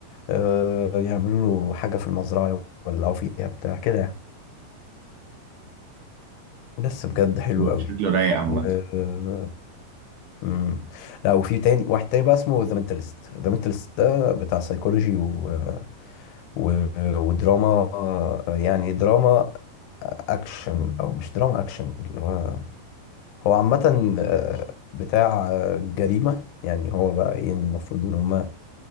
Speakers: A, on the left; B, on the right.
A: آه، يعملوا له حاجه في المزرعه يولعوا فيها بتاع كده يعني بس بجد حلو قوي
B: شكله رايق عامه
A: و... <laughs> مم. لا وفي تاني واحد تاني بقى اسمه ذا مينتالست ذا مينتالست ده بتاع سايكولوجي و... و... ودراما يعني دراما اكشن او مش دراما اكشن اللي هو هو عامة آه، بتاع آه، جريمة يعني هو بقى ايه المفروض ان هما